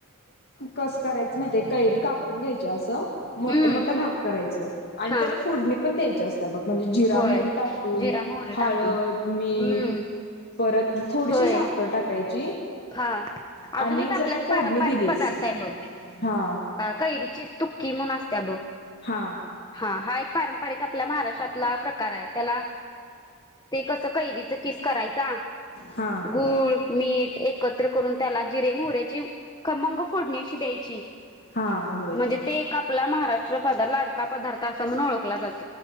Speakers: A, on the left; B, on the left.
A: कसं करायचं माहिते? कैरी कापून घ्यायच्या असं मोठ
B: हम्म
A: मोठ भाग करायचं. आणि
B: हा
A: त्याला फोडणी पण द्यायची. त्या बघ म्हणजे जिरा,
B: होय
A: मोहरी टाकून
B: जिरा मोहरी
A: हळद,
B: टाकून
A: मीठ
B: हम्म
A: परत थोडीशी
B: होय
A: साखर टाकायची.
B: हा
A: आणि
B: अजून एक आपल्यात
A: जरी फोडणी
B: पारंपारिक
A: दिलीच
B: पदार्थ आहे. बघ
A: हा
B: ह कैरीची तूकि असतीया बघ
A: हां
B: हा एक पारंपारिक पारंपरिक आपल्या महाराष्ट्रातला प्रकार आहे त्याला ते कसं कैरीच किस करायचा.
A: हा
B: गूळ, मीठ एकत्र करून त्याला जिरे, मोहऱ्याची खमंग फोडणी अशी द्यायची
A: हा होय
B: म्हणजे ते एक आपला म राष्ट्रपद लाडका पदार्थ अस म्हणून ओळखला जातो.